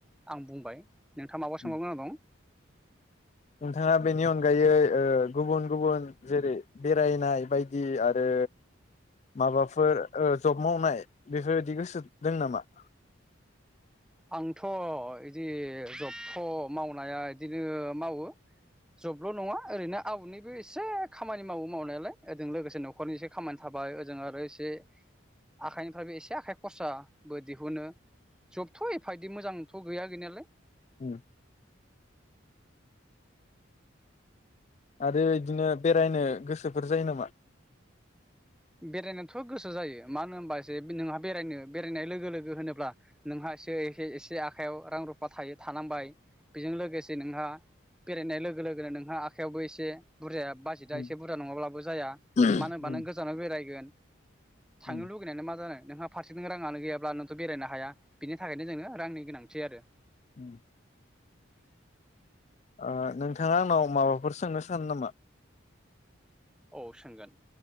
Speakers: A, in the centre; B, on the left.
A: आं बुंबाय। नोंथाङा माबा
B: अ
A: सोंबावगोनां दं?
B: नोंथाङा बेनि अनगायै ओ गुबुन गुबुन जेरै बेरायनाय बायदि आरो माबाफोर ओ जब मावनाय बेफोरबायदि गोसो दों नामा?
A: आंथ इदि जबख मावनाया इदिनो मावो। जबल नङा ओरैनो आउदनिबो इसे खामानि मावो। मावनायालाय ओजों लोगोसे न'खरनि एसे खामा थाबाय। जों आरो एसे आखाइनिफ्रायबो एसे आखाइ खरसा बो दिहुनो जब थ एफा इदि मोजां आंथ गैया गैनायालाय
B: उ आरो इदिनो बेरायनो गोसोफोर जायो नामा?
A: बेरायनोथ गोसो जायो। मानो ओमबा एसे बे नोंहा बेरायनो बेरायनाय लोगो लोगो होनोब्ला नोंहा एसे एखे एसे आ खायाव रां रु फा थायो थानांबाय। बेजों लोगोसे नोंहा बेरायनाय लोगो लोगोनो नोंहा आखयावबो एसे बुरजाया बाजेटआ
B: उम
A: एसे बुरजा नङाब्लाबो जाया।
B: उम
A: मानो होनब्ला
B: उम
A: बेरायगोन थांनो
B: उम
A: लुुबैनायालाय मा जानो। नोंहा फारसेथिं रांङानो गैयाब्ला नों थ' बेरायनो हाया। बिनि थाखायनो जोङो रांनि गोनांथि आरो।
B: उम। ओ नोंथाङा आंनाव माबाफोर सोंनो सानो नामा?
A: औ सोंगोन।